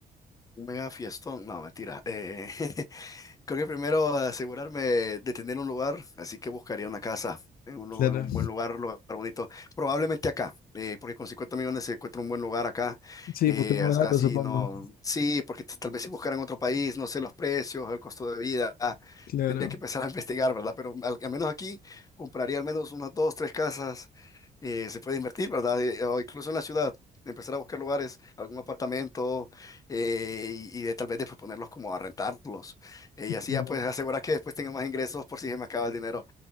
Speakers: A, on the left; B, on the left.
A: Un mega fiestón, no, mentira. Eh, <laughs> Creo que primero asegurarme de tener un lugar, así que buscaría una casa en un, lu-
B: Claro.
A: en un buen lugar, un lugar bonito, probablemente acá, eh, porque con 50 millones se encuentra un buen lugar acá,
B: Sí,
A: eh,
B: porque no
A: as-
B: es barato,
A: así
B: supongo.
A: no, sí, porque t- tal vez si buscaran otro país, no sé los precios, el costo de vida, ah,
B: Claro,
A: tendría que empezar a investigar, ¿verdad? Pero al, al menos aquí compraría al menos unas dos, tres casas, eh, se puede invertir, ¿verdad? Eh, o incluso en la ciudad. empezar a buscar lugares, algún apartamento eh, y, y de- tal vez después ponerlos como a rentarlos. Eh, y así
B: claro.
A: ya pues asegurar que después tenga más ingresos por si se me acaba el dinero.